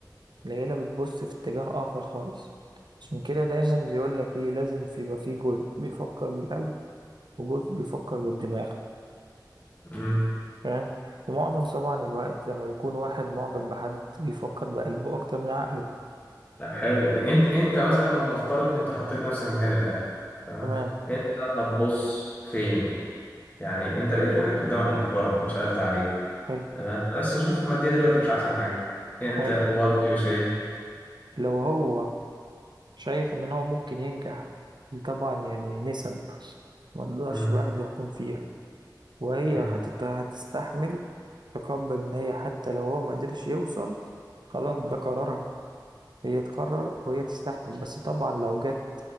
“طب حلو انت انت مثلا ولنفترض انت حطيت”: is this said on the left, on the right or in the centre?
Left